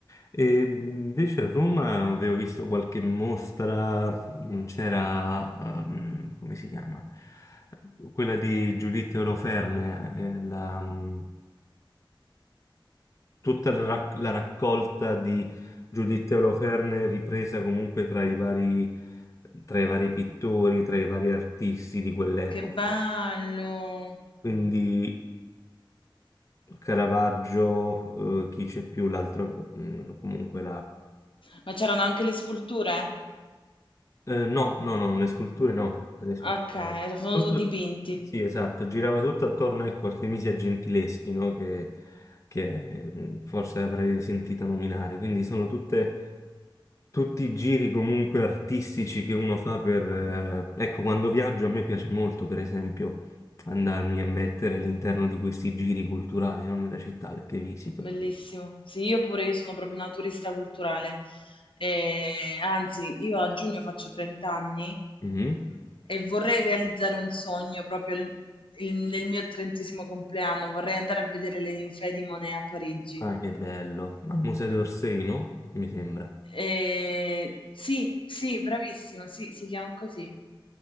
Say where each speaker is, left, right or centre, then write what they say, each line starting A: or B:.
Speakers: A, on the left; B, on the left.
A: E mh, invece a Roma avevo visto qualche mostra, mm, c'era, ehm, come si chiama? Quella di Giuditta Oloferne, eh, la, mm, tutta la, rac- la raccolta di Giuditta Oloferne ripresa comunque tra i vari, tra i vari pittori, tra i vari artisti di quell'epoca.
B: Che bello!
A: Quindi Caravaggio, eh, chi c'è più, l'altro, mm, comunque
B: Ma c'erano anche le sculture?
A: Eh, no, no, no, le sculture no, le sculture
B: Ok,
A: no.
B: sono
A: Tutto-
B: dipinti.
A: sì, esatto, girava tutto attorno, ecco, Artemisia Gentileschi, no? Che, che, eh, forse avrei sentita nominare, quindi sono tutte, tutti i giri comunque artistici che uno fa per... eh, ecco, quando viaggio a me piace molto, per esempio, andarmi a mettere all'interno di questi giri culturali, non nella città che visito.
B: Bellissimo. Sì, io pure, io sono proprio una turista culturale. Eh, anzi, io a giugno faccio 30 anni
A: Mhm.
B: e vorrei realizzare un sogno proprio il- il- nel mio trentesimo compleanno. Vorrei andare a vedere le ninfee di Monet a Parigi.
A: Ah, che bello, al Museo d'Orsay, no? Mi sembra.
B: Eh, sì, sì, bravissimo, sì, si chiama così.